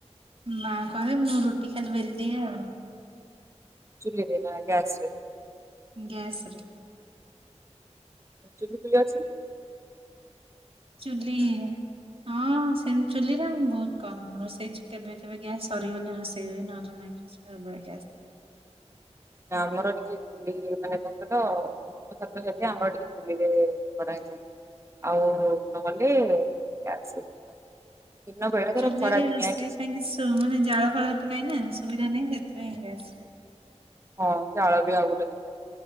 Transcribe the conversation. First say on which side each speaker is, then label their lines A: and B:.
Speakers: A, on the right; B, on the right.
A: ମା କରେ ମୁଁ ରୁଟି ଖାଲି ବେଲ ଦିଏ ଆଉ।
B: ଚୁ୍ଲିରେ ନା ଗ୍ୟାସରେ?
A: ଗ୍ୟାସରେ।
B: ଚୁଲି ଫୁଲି ଅଛି ନା?
A: ଚୁ୍ଲି ଇ ହଁ ସେମତି ଚୁଲିରେ ବହୁତ କମ୍ ରୋଷେଇ କେବେ କେବେ ଗ୍ୟାସ୍ ସରିଗଲେ ରୋଷେଇ ହୁଏ ନହେଲେ ନାହିଁ। ଛା ବାଇ
B: ନା ଆମର ଟିକେ ଚୁଲି ମାନେ କଁ କହିଲ <unintelligible> ଆମର ଟିକେ ଚୁଲିରେ କରା ହେଇଯାଏ। ଆଉ ନହେଲେ ଗ୍ୟାସ ରେ ଦିନ ବେଳା ଧର
A: ଚୁଲିରେ
B: ଖରା ଦିନିଆ
A: ରୋଷେଇ
B: ଏଠିଛି
A: ପାଇଁ କି ସୁ ମାନେ ଜାଳ ଫାଳ ଏତ ନାଇଁ ନା ସୁବିଧା ନାହିଁ ସେଥିପାଇଁ ଗ୍ୟାସରେ
B: ହଁ ଜାଳ ବି ଆଉ ଗୋଟେ କଥା